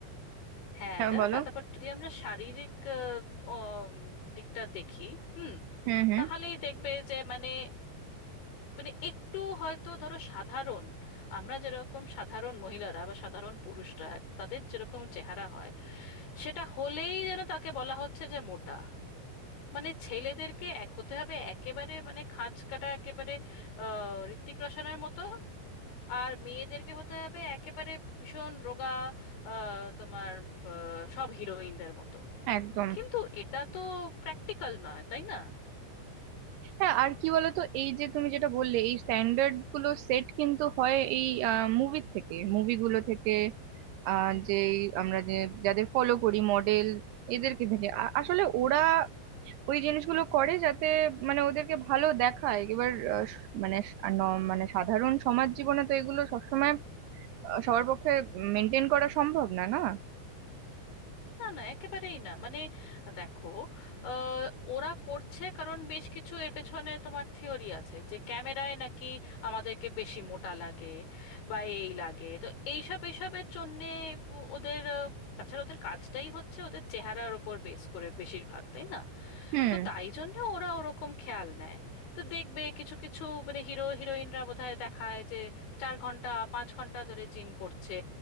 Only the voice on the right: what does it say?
হ্যাঁ
বলো
হুম হুম
একদম
হ্যাঁ আর কি বলতো এই যে তুমি যেটা বললে এই স্ট্যান্ডার্ড গুলো সেট কিন্তু হয় এই মুভির থেকে মুভিগুলো থেকে আহ, যে আমরা যে যাদের ফলো করি মডেল এদেরকে থেকে আ- আসলে ওরা ওই জিনিসগুলো করে যাতে মানে ওদেরকে ভালো দেখায় এবার আহ, স- মানে স- আর ন- মানে সাধারণ সমাজ জীবনে তো এগুলো সবসময় আহ, সবার পক্ষে মেনটেন করা সম্ভব না না
হুম